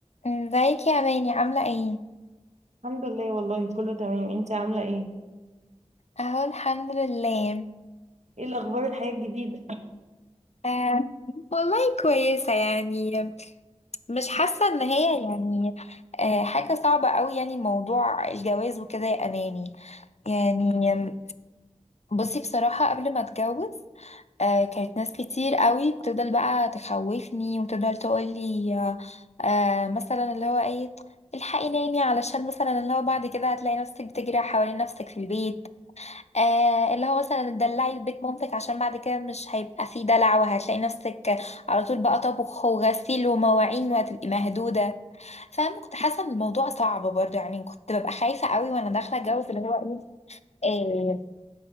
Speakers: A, on the left; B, on the right.
A: ازيك يا ماني عاملة ايه؟
B: الحمد لله والله كله تمام انت عاملة ايه؟
A: اهو الحمد لله
B: ايه الأخبار الحياة الجديدة؟
A: آه والله كويسة يعني مش حاسة ان هي يعني آه حاجة صعبة قوي يعني موضوع الجواز وكده يا اماني يعني بصي بصراحة قبل ما اتجوز آه كانت ناس كتير قوي بتفضل بقى تخوفني وتفضل تقولي آه آه مثلا اللي هو ايه الحقي نامي علشان مثلا اللي هو بعد كده هتلاقي نفسك بتجري حوالين نفسك في البيت آه اللي هو مثلا تدلعي في بيت مامتك عشان بعد كده مش هيبقى فيه دلع وهتلاقي نفسك على طول بقى طبخ وغسيل ومواعين وهتبقي مهدودة فاهمة كنت حاسة ان الموضوع صعب برضه يعني كنت ببقى خايفة قوي وانا داخلة اتجوز اللي هو ايه إيه،